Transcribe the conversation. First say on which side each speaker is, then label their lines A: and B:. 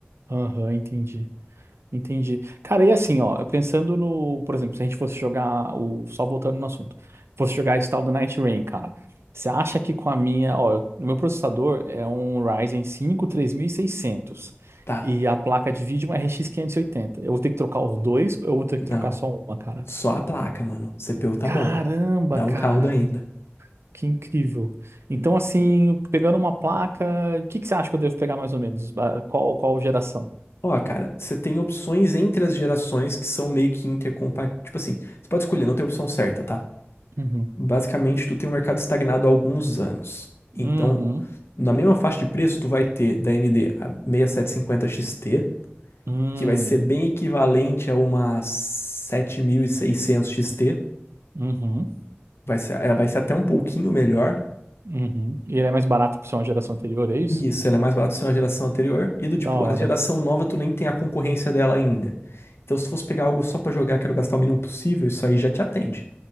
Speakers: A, on the right (about 80°); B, on the left (about 70°).
A: Aham, entendi. Entendi. Cara, e assim, ó, pensando no, por exemplo, se a gente fosse jogar o, só voltando no assunto, fosse jogar esse tal do Night Rain, cara, você acha que com a minha, ó, eu- o meu processador é um Ryzen cinco três mil e seiscentos
B: Tá,
A: e a placa de vídeo é uma RX oitenta. Eu vou ter que trocar os dois ou eu vou ter que trocar
B: não.
A: só uma, cara?
B: Só a placa, mano. CPU tá
A: Caramba,
B: bom. Dá
A: cara,
B: um caldo ainda.
A: que incrível. Então, assim, pegando uma placa, o que que você acha que eu devo pegar mais ou menos? Ah, Qual, qual geração?
B: Ó, cara, você tem opções entre as gerações que são meio que intercompatíveis. Tipo assim, você pode escolher, não tem opção certa, tá?
A: Uhum.
B: Basicamente, tu tem um mercado estagnado há alguns anos. Então,
A: Uhum.
B: na mesma faixa de preço, tu vai ter da AMD a 6750 XT,
A: Hum,
B: que vai ser bem equivalente a uma 7600 XT.
A: uhum.
B: Vai ser, ela vai ser até um pouquinho melhor.
A: Uhum. E ele é mais barato por ser uma geração anterior, é isso?
B: E Isso, ela é mais barata do que a geração anterior. E do
A: Da
B: tipo,
A: hora.
B: a geração nova, tu nem tem a concorrência dela ainda. Então, se tu fosse pegar algo só pra jogar, quero gastar o mínimo possível, isso aí já te atende.